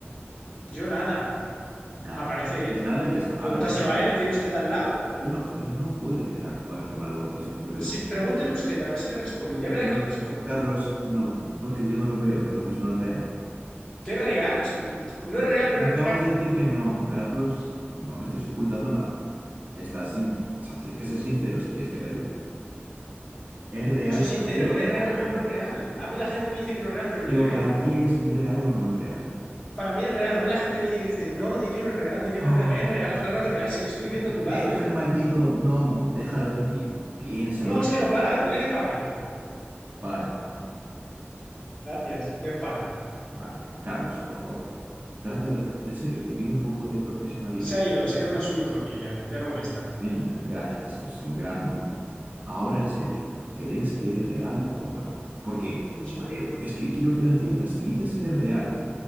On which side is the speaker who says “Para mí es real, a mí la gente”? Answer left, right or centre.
Left